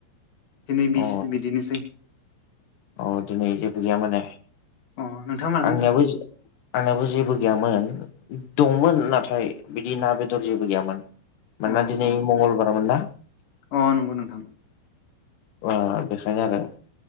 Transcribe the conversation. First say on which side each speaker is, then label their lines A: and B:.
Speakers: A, on the left (about 50°); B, on the left (about 80°).
A: दिनै बिस
B: अ
A: बिदिनोसै
B: अ दिनै जेबो गैया माने
A: अ नोंथाङा माजों
B: आंनियाबो
A: जाखो
B: इदिनो आंनाबो जेबो गैयामोन दंमोन नाथाय बिदि ना बेदर जेबो गैयामोन मोनोना
A: अ
B: दिनै
A: अ
B: मंगलबार मोन ना
A: अ नंगौ नोंथां
B: बा बेखायनो आरो